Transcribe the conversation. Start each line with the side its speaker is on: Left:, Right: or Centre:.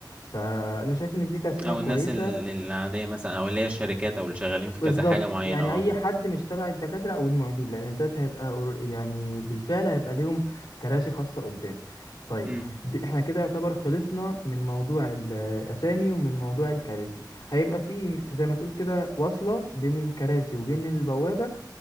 Left: فأنا شايف إن دي تقسيمة
Right: او
Left: كويسة
Right: الناس ال- العاديه مثلا او اللي هي الشركات او اللي شغالين في
Left: بالظبط
Right: كذا حاجه معينه
Left: يعني
Right: اه
Left: اي حد مش تبع الدكاتره او المعيدين لان دلوقتي هيبقى أور- يعني بالفعل هيبقى ليهم كراسي خاصه قدام طيب
Right: امم
Left: دي احنا كده يعتبر خلصنا من موضوع الاسامي ومن موضوع الكراسي هيبقى في زي ما تقول كده وصله بين الكراسي وبين البوابه